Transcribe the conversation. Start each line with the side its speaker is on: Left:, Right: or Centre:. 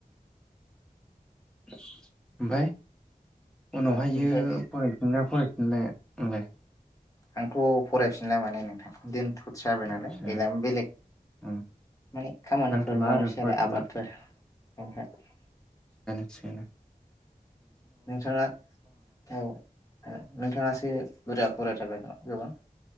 Centre: ओमफाय। उनाव हायो
Left: ओमफ्राय
Centre: फरायफिनगोनना फरायफिनला नोंलाय।
Left: आंथ फरायफिनला माने नोंथां दोनथ जाबाय नालाय
Centre: आदसा
Left: गैला बेलेग
Centre: उम
Left: माने खामानिफोर
Centre: नांथ'ला
Left: मावनोसै
Centre: फरायथ'ला
Left: आरो आबादफोर <unintelligible>
Centre: सोना।
Left: नोंथाङा औ नोंथाङासो बुरजा फरायथारबाय खोमा। गोबां।